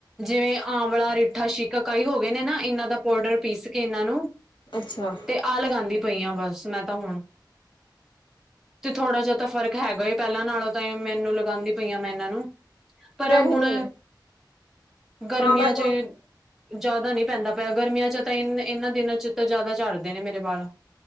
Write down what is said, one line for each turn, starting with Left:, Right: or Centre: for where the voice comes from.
Centre: ਜਿਵੇਂ ਆਂਵਲਾ, ਰੀਠਾ ਸ਼ੀਕਾਕਾਈ ਹੋ ਗਏ ਨੇ ਨਾ, ਇਹਨਾਂ ਦਾ ਪਾਊਡਰ ਪੀਸਕੇ ਇਹਨਾਂ ਨੂੰ
Left: ਅੱਛਾ।
Centre: ਆਹ ਲਗਾਂਦੀ ਪਈ ਆਂ, ਬਸ ਮੈਂ ਤਾਂ ਹੁਣ, ਤੇ ਥੋੜਾ ਜਾ ਤਾਂ ਫ਼ਰਕ ਹੈਗਾ, ਪਹਿਲਾਂ ਨਾਲੋਂ ਤਾਂ ਮੈਨੂੰ ਲਗਾਂਦੀ ਪਈਆਂ ਮੈਂ ਇਹਨਾਂ ਨੂੰ, ਪਰ
Left: ਲਿਆਨੀ
Centre: ਹੁਣ
Left: ਆ ਹੁਣੇ
Centre: ਗਰਮੀਆਂ'ਚ
Left: ਹਾਂ ਬਸ
Centre: ਜ਼ਿਆਦਾ ਨੀ ਪੈਂਦਾ ਪਿਆ। ਗਰਮੀਆਂ' ਚ ਤਾਂ ਇਹ, ਇਹਨਾਂ ਦਿਨਾਂ'ਚ ਤਾ ਜਿਆਦਾ ਝੜਦੇ ਨੇ ਮੇਰੇ ਵਾਲ,